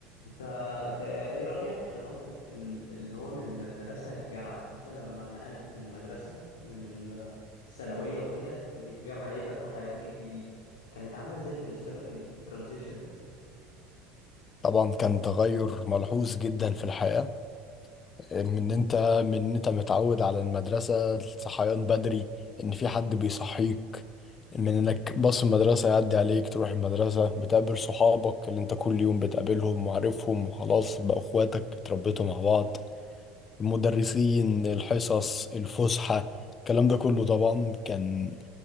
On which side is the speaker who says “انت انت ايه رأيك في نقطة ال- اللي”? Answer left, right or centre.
Left